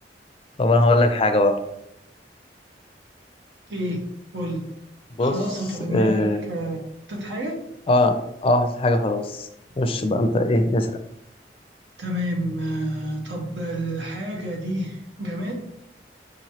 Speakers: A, on the left (about 30°); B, on the right (about 80°).
A: طب أنا هقول لك حاجة بقى
B: ايه قول
A: بص
B: خلاص انت في دماغك
A: اه
B: آه، حطيت حاجة
A: اه آه، حاجة خلاص خش بقى أنت إيه اسأل
B: تمام آه، طب الحاجة دي جماد